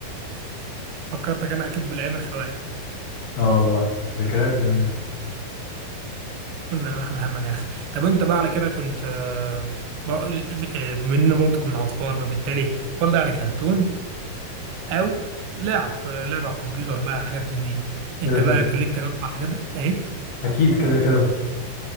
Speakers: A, on the right; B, on the left.
A: فكرتك انا اكيد بالايام الخوالي
B: اه والله ذكريات جميله
A: كنا لا نحمل هما يا اخي طب انت بقى على كده كنت آه، بقى- آه، بما برضه كنا اطفال فبالتالي اطفال ده يعني كرتون او لعب آه، لعب على الكمبيوتر بقى حاجات من دي انت
B: كده كده
A: بقى كان ليك تجارب مع الحاجات دي ايه
B: اكيد كده كده